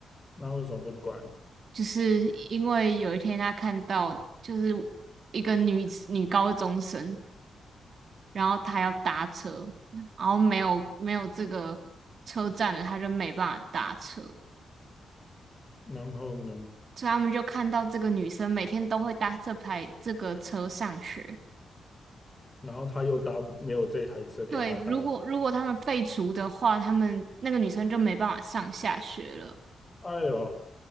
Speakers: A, on the left; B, on the right.
A: 那为什么不管？
B: 就是因为有一天他看到就是一个女女高中生，然后她要搭车，然后没有没有这个车站了，她就没办法搭车，
A: 然后呢？
B: 所以他们就看到这个女生每天都会搭这排这个车上学。
A: 然后他又搭不，没有这台车给他搭，
B: 对，如果如果他们废除的话，他们那个女生就没办法上下学了。
A: 哎呦，